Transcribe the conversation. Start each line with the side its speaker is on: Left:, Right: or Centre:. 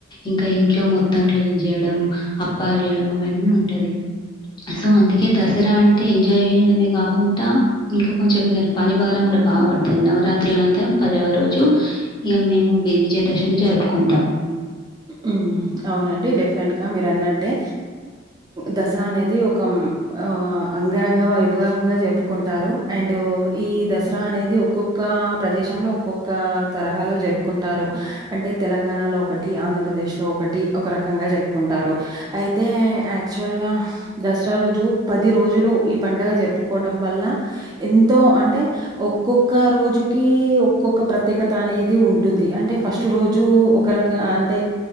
Left: ఇంకా ఇంట్లో మొత్తం క్లీన్ చేయడం అప్ ప్పాలు చేయడం అవన్నీ ఉంటది సో అందుకే దసరా అంటే టే ఎంజాయ్ చేయడమే కాకుండా ఇంకా కొంచెం ఇక పని భారం కూడా బాగా పడుతది నవరాత్రుల అంత పదవ రోజు ఇగ మేము విజయదశమి జరుపుకుంటాం
Right: ఊ అవునండి డెఫినెట్గా మీరు అన్నట్టే దసరా అనేది ఒక ఆ అంగరంగ వైభవంగా చెప్పుకుంటారు అండ్ ఈ దసరా అనేది ఒక్కొక్క ఒక్క ప్రదేశంలో ఒక్కొక్క తరహాలో జరుపుకుంటారు అంటే తెలంగాణలో ఒకటి ఆంధ్రప ప్రదేశ్ లో ఒకటి ఒక రకంగా జరుపుకుంటారు అయితే యాక్చువల్ గా దసరా రోజు పది రోజులు ఈ పండగ జరుపుకోవం వల్ల ఎంతో అంటే ఒక్కొక్క రోజు రోజుకి ఒక్కొక్క ప్రత్యేకత అనేది ఉంటుంది అంటే ఫస్ట్ రోజు ఒక రక అంటే